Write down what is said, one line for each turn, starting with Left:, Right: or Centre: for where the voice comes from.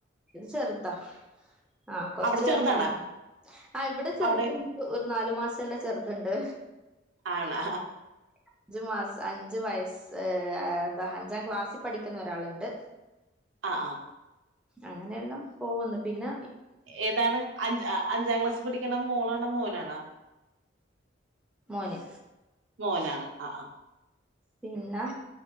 Centre: ഇത് ചെറുതാ ആ കൊറച്ച്
Right: അവിടെ ചെറുതാണാ
Centre: ആവണ്ട് ആ ഇവിടെ ചെറുതുണ്ട്
Right: അവിടെ
Centre: ഒരു നാലു മാസുള്ള ചെറുതുണ്ട്
Right: ആണാ
Centre: അഞ്ചു മാസം അഞ്ചു വയസ്സ് എന്താ അഞ്ചാം ക്ലാസ്സിൽ പഠിക്കുന്ന ഒരാളുണ്ട്
Right: ആഹ ആഹ
Centre: അങ്ങനെയെല്ലാം പോവന്ന് പിന്ന
Right: ഏതാണ് അഞ്ച് അഞ്ചാം ക്ലാസ്സിൽ പഠിക്കണ മോളാണോ മോനാണോ
Centre: മോനേ
Right: മോനാണ് ആ അ
Centre: പിന്നാ